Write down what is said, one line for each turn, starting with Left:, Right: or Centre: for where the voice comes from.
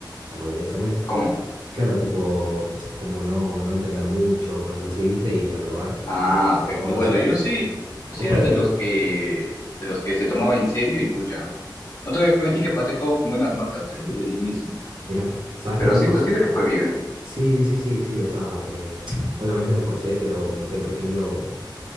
Right: la mayoría de exámenes.
Left: ¿Cómo?
Right: Claro, tipo, como no, no entender mucho, cosas así, ¿viste? Y aprobar,
Left: Ah,
Right: eh, o sea,
Left: ok.
Right: o
Left: Bueno,
Right: no sé
Left: yo sí, yo
Right: o
Left: sí era
Right: por ejemplo,
Left: de los que, de los que se tomaba en serio y pucha. No te voy a mentir que pasé todo con buenas notas, ¿eh? Desde el inicio,
Right: mira, ¿sabes
Left: pero
Right: qué a mí me
Left: siento,
Right: pasó?
Left: siento que fue bien.
Right: Sí, sí, sí, sí, sí, o sea, eh, obviamente me esforcé, pero no sé, por ejemplo,